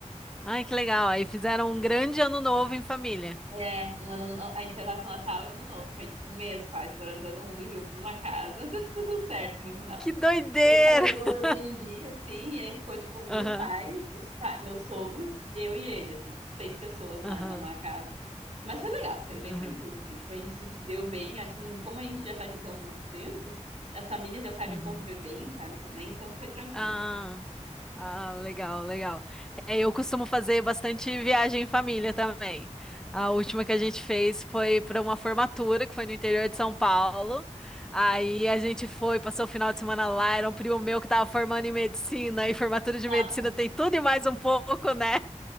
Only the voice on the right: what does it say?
É, um ano, no- a gente foi lá no Natal e Ano Novo. Foi tipo um mês quase, morando todo mundo junto numa casa. <laughs> Mas deu tudo certo no final.
A gente alugou o
Airbnb, assim, e aí ficou, tipo, meus
pais, os pa- meus sogros, eu e ele, assim, tipo, seis pessoas na,
numa casa. Mas foi legal, foi bem
tranquilo, assim. Tipo, a gente se se deu bem. Acho que não- como a gente já tá junto há muito tempo, as famílias já sabem
conviver bem, sabe, também. Então foi tranquilo.
Nossa,